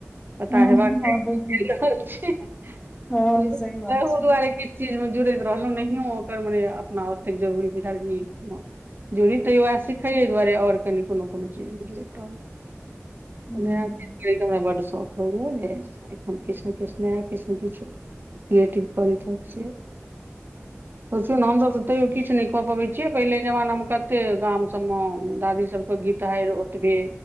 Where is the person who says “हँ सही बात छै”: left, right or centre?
Left